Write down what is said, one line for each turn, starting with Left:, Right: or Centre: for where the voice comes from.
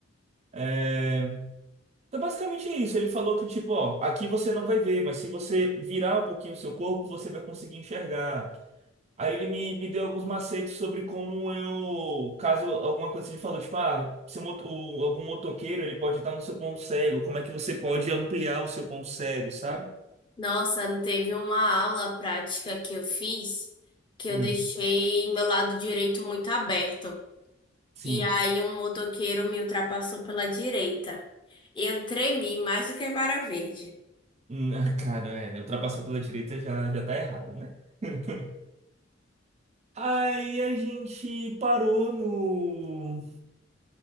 Right: É... Então, basicamente é isso. Ele falou que, tipo, ó, aqui você não vai ver, mas se você virar um pouquinho o seu corpo, você vai conseguir enxergar. Aí ele me, me deu alguns macetes sobre como eu. Caso alguma coisa ele falou, tipo, ah, seu moto- o- algum motoqueiro ele pode estar no seu ponto cego, como é que você pode ampliar o seu ponto cego, sabe?
Left: Nossa, teve uma aula prática que eu fiz que
Right: Hum,
Left: eu deixei meu lado direito muito aberto.
Right: sim.
Left: E aí um motoqueiro me ultrapassou pela direita. Eu tremi mais do que vara verde.
Right: Hum, ah, Cara, é, ultrapassar pela direita já, já tá errado, né? <laughs> Aí a gente parou no.